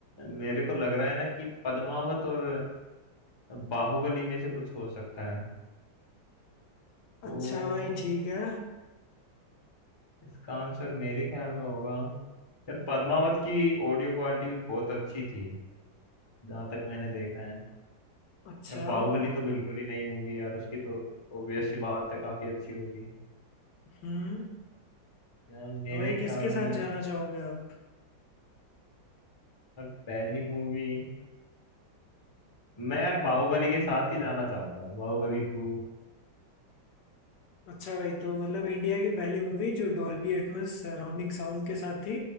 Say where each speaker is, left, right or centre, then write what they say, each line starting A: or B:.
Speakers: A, on the left (about 30°); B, on the left (about 70°).
A: मेरे को लग रहा है ना कि पद्मावत और बाहुबली में से कुछ हो सकता है तो
B: अच्छा भाई ठीक है
A: इसका आंसर मेरे ख्याल में होगा यार पद्मावत की ऑडियो क्वालिटी भी बहुत अच्छी थी जहाँ तक मैंने देखा है
B: अच्छा
A: और बाहुबली तो बिल्कुल ही नई मूवी है यार उसकी तो ऑब्वियस सी बात है काफी अच्छी होगी
B: हम्म
A: यार मेरे
B: तो भाई
A: ख्याल
B: किसके साथ
A: में
B: जाना चाहोगे आप
A: यार पहली मूवी मैं यार बाहुबली के साथ ही जाना चाहूंगा बाहुबली टू
B: अच्छा भाई तो मतलब इंडिया की पहली मूवी जो डॉल्बी एटमॉस सराउंडिंग साउंड के साथ थी